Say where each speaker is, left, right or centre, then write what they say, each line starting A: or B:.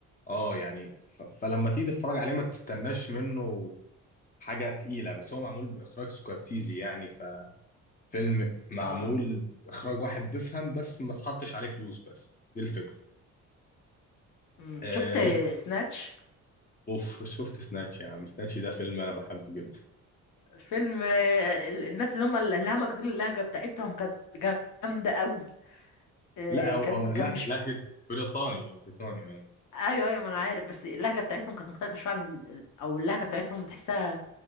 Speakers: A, on the left; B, on the left.
A: اه يعني ف... فلما تيجي تتفرج عليه ما تستناش منه حاجة تقيلة بس هو معمول بإخراج سكورتيزي يعني ففيلم معمول
B: اه
A: إخراج واحد بيفهم بس ما تحطش عليه فلوس بس دي الفكرة
B: أمم،
A: آه
B: شفت
A: ليك
B: سناتش
A: اوف شفت سناتش يا عم سناتش ده فيلم انا بحبه جدا
B: فيلم آه، ال- الناس اللي هم الهمج دول اللهجه بتاعتهم كانت جامده قوي آه،
A: لا هو
B: كان
A: هو
B: كان
A: له-
B: مش
A: لهجة بريطاني بريطاني اه
B: ايوه ايوه ما انا عارف بس اللهجه بتاعتهم كانت مختلفه شويه عن ال- او اللهجه بتاعتهم تحسها